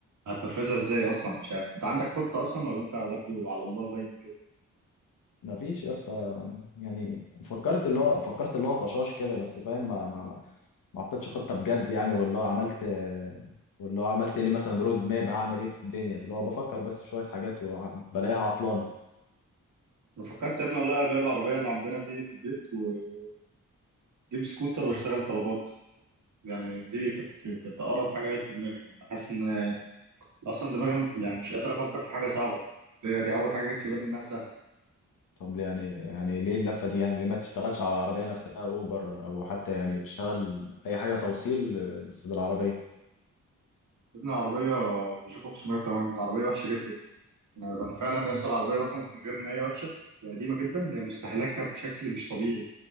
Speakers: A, on the right (about 65°); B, on the left (about 85°).
A: هتنفذها ازاي اصلا مش عارف انت عندك خطه اصلا ولا انت برضه على الله زي
B: ما فيش يا اسطى يعني فكرت اللي هو فكرت اللي هو طشاش كده بس فاهم ما ما ما ما حطيتش خطه بجد يعني واللي هو عملت واللي هو عملت لي مثلا رود ماب هعمل ايه في الدنيا اللي هو بفكر بس شويه حاجات وبلاقيها عطلانه
A: انا فكرت يا ابني والله ابيع العربيه اللي عندنا دي في البيت واجيب سكوتر واشتغل طلبات يعني دي كانت كانت اقرب حاجه جت في دماغي لان حاسس ان اصلا دماغي م- يعني مش قادر افكر في حاجه صعبه دي, دي اول حاجه جت في بالي انها سهله
B: طب يعني يعني ليه اللفة دي يعني ليه ما تشتغلش على العربية نفسها اوبر او حتى يعني تشتغل اي حاجة توصيل بس بالعربية
A: ابن العربيه بيشوف 508 العربيه وحشه جدا انا أنا فعلا اصلا العربيه اصلا غير ان هي وحشه وقديمه جدا هي مستهلكه بشكل مش طبيعي